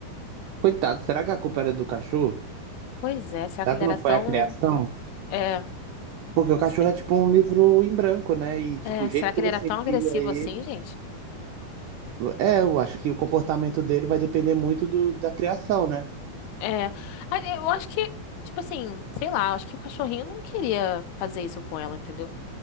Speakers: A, on the right (about 75°); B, on the left (about 80°).
A: coitado, será que a culpa era do cachorro?
B: Pois é, será
A: Será
B: que ele
A: que
B: era
A: não foi
B: tão
A: a criação?
B: é,
A: Porque o
B: se-
A: cachorro é tipo um livro em branco, né? E, tipo,
B: é,
A: o jeito
B: será que
A: que
B: ele
A: você
B: era tão
A: cria
B: agressivo
A: ele.
B: assim, gente?
A: É, eu acho que o comportamento dele vai depender muito do, da criação, né?
B: É, a- eu acho que tipo assim, sei lá, eu acho que o cachorrinho não queria fazer isso com ela, entendeu?